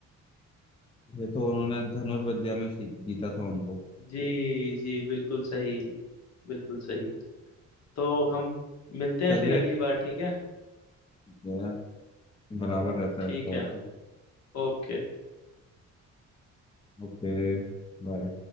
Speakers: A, on the left; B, on the left.
A: ये तो उन्होंने धनुर्विद्या में सीख जीता था उनको
B: जी जी बिल्कुल सही बिल्कुल सही तो हम मिलते
A: चलिए
B: हैं फिर अगली
A: फिर
B: बार ठीक है
A: ठीक है, बराबर रहता
B: ठीक
A: है इस बार
B: है
A: तो
B: ओके
A: ओके बाय